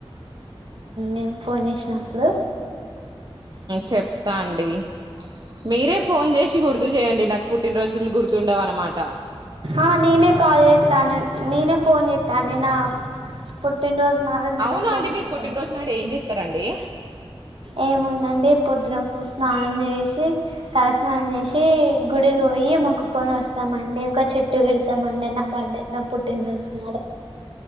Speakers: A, on the right; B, on the right.
A: నేను ఫోన్ చేసినప్పుడు
B: చెప్తా అండి మీరే ఫోన్ చేసి గుర్తు చేయండి నాకు పుట్టినరోజులు గుర్తు ఉండవు అన్నమాట అన్నమాట
A: ఆ నేనే కాల్ చేస్తాను నేనే ఫోన్ చేస్తా నే నా పుట్టినరోజు నాడు నేనే
B: అవున
A: ఫోన్
B: అండి మీరు
A: చేస్తాను
B: పుట్టినరోజు నాడు ఏం చెస్తారండి
A: ఏముందండి పొద్దునపు స్నానం చేసి తలస్నానం చేసి గుడికి పోయి మొక్కుకొని వస్తామండి ఒక చెట్టు పెడతామండిన్న బడే నా పుట్టింద నాడు